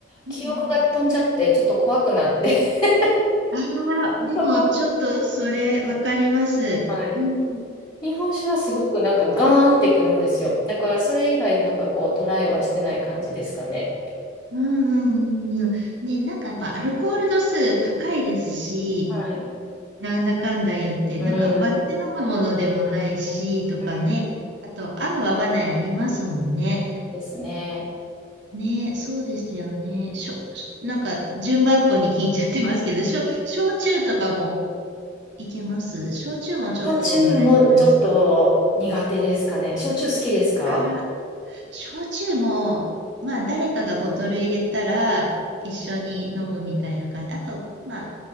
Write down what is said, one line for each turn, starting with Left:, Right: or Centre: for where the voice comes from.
Right: うん
Left: 記憶が飛んじゃって、ちょっと怖くなって <laughs>
Right: うん、ああ、でもちょっとそれ分かります。
Left: そこ、はい。
Right: うん。
Left: 日本酒はすごくなんかガーンってくるんですよ。だからそれ以来なんかこうトライはしてない感じですかね。
Right: うんうんうんうん。ね、なんかやっぱアルコール度数高いですし、
Left: はい。
Right: なんだかんだ言って、
Left: うん。
Right: なんか割って飲むものでもないし、とかね。
Left: うん
Right: あと、合う合わないありますもんね。
Left: ですね。
Right: ね、そうですよね。しょ、しなんか順番こに聞いちゃってますけど、しょ、焼酎とかもいけます。焼酎もちょっと、
Left: 焼酎もちょっと苦手ですかね。
Right: みたいな感じですか。
Left: 焼酎好きですか
Right: ああ、焼酎も、まあ誰かがボトル入れたら一緒に飲むみたいな感じ。あと、まあ